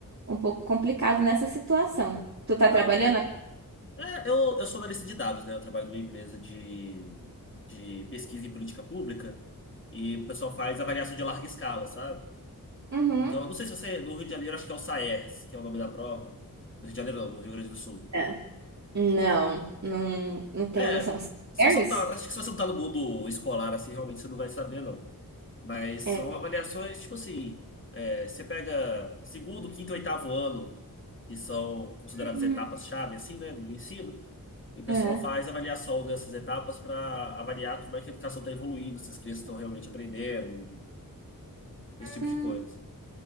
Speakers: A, on the right (about 50°); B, on the left (about 35°).
A: um pouco complicado nessa situação. Tu tá
B: Não.
A: trabalhando?
B: É, eu, eu sou analista de dados, né? Eu trabalho numa empresa de, de pesquisa em política pública e o pessoal faz avaliação de larga escala, sabe?
A: Uhum.
B: Então, eu não sei se você. No Rio de Janeiro, acho que é o SAERS, que é o nome da prova. No Rio de Janeiro, não, no Rio Grande do Sul.
A: Eita. Não, não, não tenho
B: É.
A: noção. São
B: Se
A: Ares?
B: você não tá, acho que se você não tá no mundo escolar, assim, realmente você não vai saber, não. Mas são
A: É.
B: avaliações, tipo assim, é, você pega segundo, quinto e oitavo ano, que são consideradas
A: Hum,
B: etapas-chave, assim, né, do ensino, e o pessoal
A: aham.
B: faz avaliação dessas etapas para avaliar como é que a educação está evoluindo, se as crianças estão realmente aprendendo, esse tipo
A: Hum,
B: de coisa.